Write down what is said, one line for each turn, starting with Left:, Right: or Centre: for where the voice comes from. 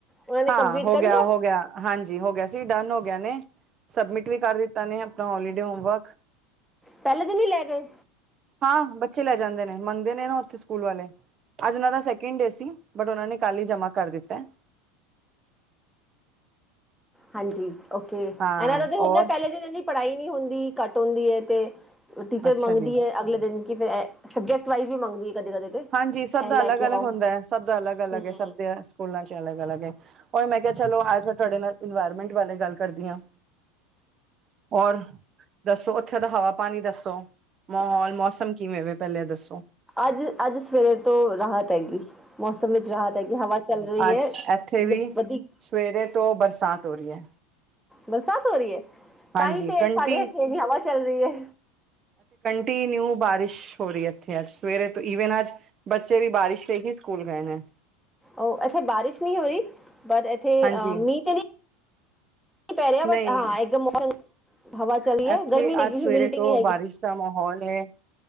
Centre: ਉਹਨਾਂ ਨੇ
Right: ਹਾਂ
Centre: ਕੰਪਲੀਟ
Right: ਹੋ
Centre: ਕਰ
Right: ਗਿਆ
Centre: ਲਿਆ?
Right: ਹੋ ਗਿਆ ਹਾਂਜੀ, ਹੋ ਗਿਆ ਸੀ ਡਨ ਹੋ ਗਿਆ ਨੇ, ਸਬਮਿਟ ਵੀ ਕਰ ਦਿੱਤਾ ਨੇ। ਆਪਣਾ ਹੋਲੀਡੇ ਹੋਮਵਰਕ
Centre: ਪਹਿਲੇ ਦਿਨ ਹੀ ਲੈ ਗਏ
Right: ਹਾਂ ਬੱਚੇ ਲੈ ਜਾਂਦੇ ਨੇ, ਮੰਗਦੇ ਨੇ ਨਾ ਓਥੇ ਸਕੂਲ ਵਾਲੇ। ਅੱਜ ਓਨਾਂ ਦਾ ਸੈਕਿੰਡ ਡੇ ਸੀ, ਬਟ ਓਨਾਂ ਨੋ ਕੱਲ ਹੀ ਜਮਾ ਕਰ ਦਿੱਤਾ ਐ।
Centre: ਹਾਂਜੀ, ਓਕੇ ਇਹਨਾਂ
Right: ਹਾਂ
Centre: ਦਾ ਤੇ ਹੁੰਦਾ
Right: ਔਰ
Centre: ਪਹਿਲੇ ਦਿਨ ਇਹ ਦੀ ਪੜ੍ਹਾਈ ਨਹੀਂ ਹੁੰਦੀ। ਘੱਟ ਹੁੰਦੀ ਏ ਤੇ ਟੀਚਰ
Right: ਅੱਛਾ
Centre: ਮੰਗਦੀ
Right: ਜੀ
Centre: ਹੈ ਅਗਲੇ ਦਿਨ ਕਿ ਫਿਰ ਸਬਜੈਕਟ ਵਾਈਜ਼ ਵੀ ਮੰਗਦੀ ਹੈ ਕਦੇ ਕਦੇ ਤੇ
Right: ਹਾਂਜੀ, ਸਭ
Centre: ਇਹ
Right: ਦਾ
Centre: ਲੈ
Right: ਅਲੱਗ-ਅਲੱਗ
Centre: ਕੇ ਆਓ
Right: ਹੁੰਦਾ ਐ, ਸਭ ਦਾ ਅਲੱਗ- ਅਲੱਗ
Centre: ਹਮ
Right: ਐ, ਸਭ ਦੇ ਸਕੂਲਾਂ 'ਚ ਅਲਗ-ਅਲਗ ਐ, ਔਰ ਮੈਂ ਕਿਹਾ ਚਲੋ, ਅੱਜ ਮੈਂ ਤੁਹਾਡੇ ਨਾਲ ਇਨਵਾਇਰਮੈਂਟ ਬਾਰੇ ਗੱਲ ਕਰਦੀ ਆਂ। ਔਰ? ਦੱਸੋ ਓਥੇ ਦਾ ਹਵਾ-ਪਾਨੀ ਦੱਸੋ, ਮੋਹੌਲ ਮੌਸਮ ਕਿਵੇਂ ਵੇ ਪਹਿਲਾਂ ਏ ਦੱਸੋ।
Centre: ਅੱਜ ਅੱਜ ਸਵੇਰੇ ਤੋਂ ਰਾਹਤ ਹੈਗੀ ਮੌਸਮ ਵਿੱਚ ਰਾਹਤ ਹੈਗੀ ਐ, ਹਵਾ ਚੱਲ ਰਹੀ
Right: ਅੱਜ
Centre: ਐ,
Right: ਇੱਥੇ ਵੀ
Centre: ਵਧੀ
Right: ਸਵੇਰੇ ਤੋਂ ਬਰਸਾਤ ਹੋ ਰਹੀ ਹੈ।
Centre: ਬਰਸਾਤ ਹੋ ਰਹੀ ਐ,
Right: ਹਾਂਜੀ
Centre: ਤਾਂਹੀ ਤੇ
Right: ਕੰਟੀ
Centre: ਸਾਡੇ ਇੱਥੇ ਏਨੀ ਹਵਾ ਚੱਲ ਰਹੀ ਐ।
Right: ਕਨਟੀ ਨਿਊ ਬਾਰਿਸ਼ ਹੋ ਰਹੀ ਇੱਥੇ ਅੱਜ ਸਵੇਰੇ ਤੋਂ ਈਵਨ ਅੱਜ ਬੱਚੇ ਵੀ ਬਾਰਿਸ਼ ਵਿੱਚ ਹੀ ਸਕੂਲ ਗਏ ਨੇ।
Centre: ਉਹ ਇੱਥੇ ਬਾਰਿਸ਼ ਨਹੀਂ ਹੋ ਬਟ ਇਥੇ ਏਥੇ
Right: ਹਾਂਜੀ
Centre: ਆ ਮੀਂਹ ਤੇ ਨੀ ਪੈ ਰਿਹਾ ਬਟ
Right: ਨਹੀਂ
Centre: ਹਾਂ ਇੱਕਦਮ ਮੌਸਮ, ਹਵਾ ਚਲੀਏ
Right: ਇੱਥੇ
Centre: ਗਰਮੀ ਲਗੀ
Right: ਅੱਜ ਸਵੇਰੇ
Centre: ਸੀ, ਹਿਮੋਡਿਟੀ
Right: ਤੋਂ
Centre: ਨੀ ਹੈਗੀ।
Right: ਬਾਰਿਸ਼ ਮਾਹੌਲ ਹੈ